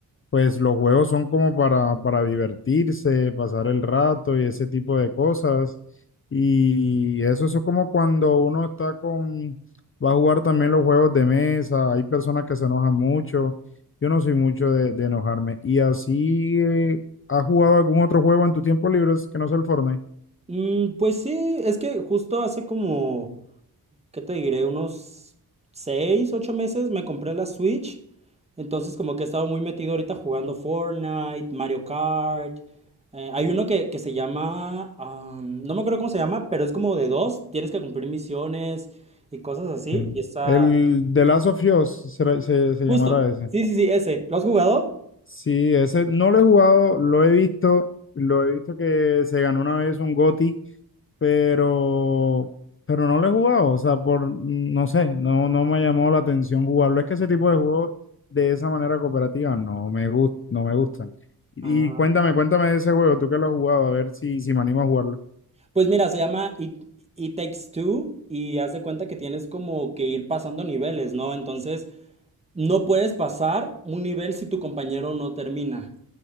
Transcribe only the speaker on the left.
pues los juegos son como para, para divertirse, pasar el rato y ese tipo de cosas. Y eso, eso es como cuando uno está con, va a jugar también los juegos de mesa, hay personas que se enojan mucho, yo no soy mucho de, de enojarme. Y así, eh, ¿Has jugado algún otro juego en tu tiempo libre que no sea el Fortnite?
Bien.
El The Last of Us será- se, se llamará
ese.
Sí, ese no lo he jugado, lo he visto, lo he visto que se ganó una vez un GOTY, pero, pero no lo he jugado, o sea, por, no sé, no, no me ha llamado la atención jugarlo. Es que ese tipo de juegos de esa manera cooperativa no me gust, no me gustan. Y,
y cuéntame, cuéntame de ese juego, tú que lo has jugado, a ver si, si me animo a jugarlo.